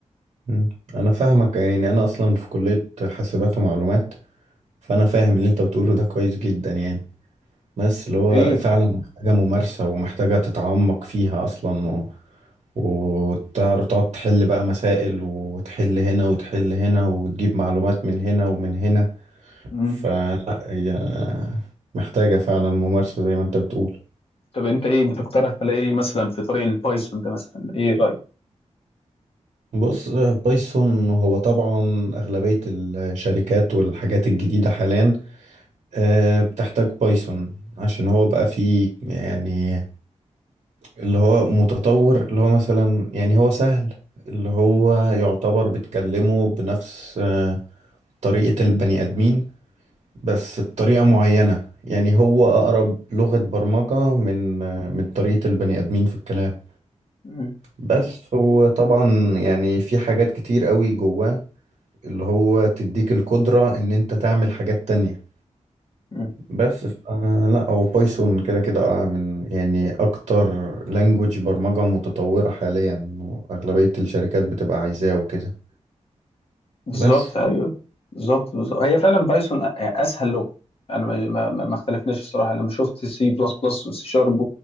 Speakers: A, on the right; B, on the left.
A: مم. انا فاهمك يعني انا اصلا في كلية حاسبات ومعلومات فانا فاهم اللي انت بتقوله ده كويس جدا يعني بس اللي هو
B: طب ايه
A: فعلا محتاجة ممارسة ومحتاجة تتعمق فيها اصلا وتعرف تقعد تحل بقى مسائل وتحل هنا وتحل هنا وتجيب معلومات من هنا ومن هنا
B: مم.
A: فلا هي محتاجة فعلا ممارسة زي ما انت بتقول
B: طب انت ايه بتقترح على ايه مثلا في طريق البايثون ده مثلا ايه رأيك
A: بص بايثون هو طبعا أغلبية الشركات والحاجات الجديدة حاليا آه، بتحتاج بايثون عشان هو بقى فيه يعني اللي هو متطور اللي هو مثلا يعني هو سهل اللي هو يعتبر بتكلمه بنفس آه، طريقة البني آدمين بس بطريقة معينة يعني هو أقرب لغة برمجة من من طريقة البني آدمين في الكلام
B: مم.
A: بس هو طبعا يعني في حاجات كتير قوي جواه اللي هو تديك القدرة إن أنت تعمل حاجات تانية
B: مم.
A: بس ف- لا هو بايثون كده كده آه، من يعني أكتر لانجوج برمجة متطورة حاليا وأغلبية الشركات بتبقى عايزاه وكده
B: بالظبط
A: بس
B: ايوه بالظبط بالظبط هي فعلا بايثون أ- اسهل لغة انا ما ما ما اختلفناش الصراحة انا ما شفت سي بلس بلس وسي شارب